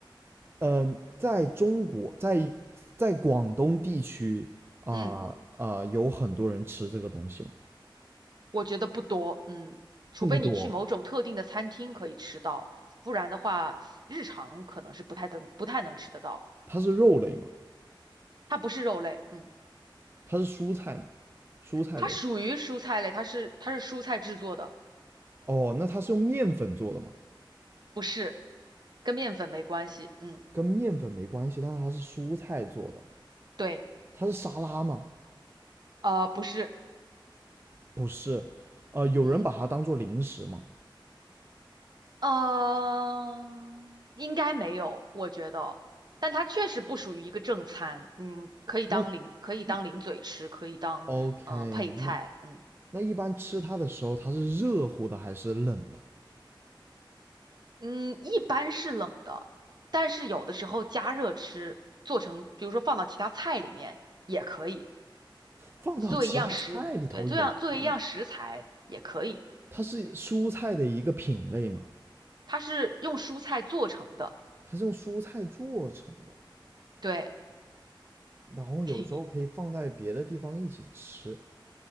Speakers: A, on the right; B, on the right.
A: 嗯、呃在中国，在在广东地区啊啊、
B: 嗯，
A: 有很多人吃这个东西吗？
B: 我觉得不多，嗯，除非你去某种特定的餐厅可以吃到，
A: 不多，
B: 不然的话，日常可能是不太能不太能吃得到。
A: 它是肉类吗？
B: 它不是肉类，嗯。
A: 它是蔬菜吗？蔬菜类。
B: 它属于蔬菜类，它是它是蔬菜制作的，
A: 哦，那它是用面粉做的吗？
B: 不是，跟面粉没关系。嗯，
A: 跟面粉没关系，但是它是蔬菜做的，
B: 对，
A: 它是沙拉吗？
B: 呃，不是，
A: 不是，呃，有人把它当做零食吗？
B: 嗯，呃，应该没有，我觉得，但它确实不属于一个正餐，嗯，可以当零，
A: 那
B: 可以当零嘴吃，
A: 一
B: 可以当嗯、
A: OK，
B: 呃配菜，
A: 那
B: 嗯
A: 那一般吃它的时候，它是热乎的还是冷的？
B: 嗯，一般是冷的，但是有的时候加热吃，做成比如说放到其他菜里面也可以，
A: 放到其他菜里头也可以。
B: 作为一样食，对，作为一样作为一样食材也可以。
A: 它是蔬菜的一个品类嘛，
B: 它是用蔬菜做成的，
A: 它是用蔬菜做成的，
B: 对，
A: 然后有时候可以放在别的地方一起吃，
B: <laughs>